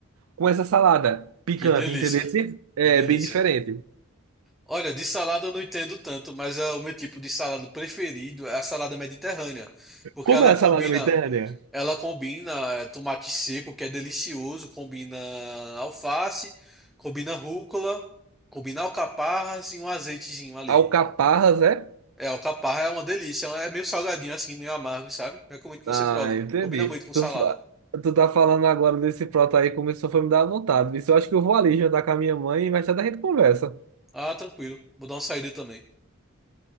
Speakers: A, on the right (about 80°); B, in the centre.
A: com essa salada picante,
B: Que delícia,
A: entendeu? É
B: que delícia.
A: bem diferente.
B: Olha, de salada eu não entendo tanto, mas é o meu tipo de salada preferido é a salada mediterrânea, porque
A: Como
B: ela
A: é a
B: combina
A: salada mediterrânea?
B: Ela combina é, tomate seco, que é delicioso, combina alface, combina rúcula, combina alcaparras e um azeitezinho ali.
A: Alcaparras, é?
B: É, alcaparra é uma delícia, é meio salgadinho assim, meio amargo, sabe? Recomendo que você
A: Ah,
B: prove.
A: entendi.
B: Combina muito com
A: Tu,
B: salada.
A: fa- tu tá falando agora desse prato aí, começou a me dar vontade. Isso eu acho que eu vou ali jantar com a minha mãe e mais tarde a gente conversa.
B: Ah, tranquilo. Vou dar uma saída também.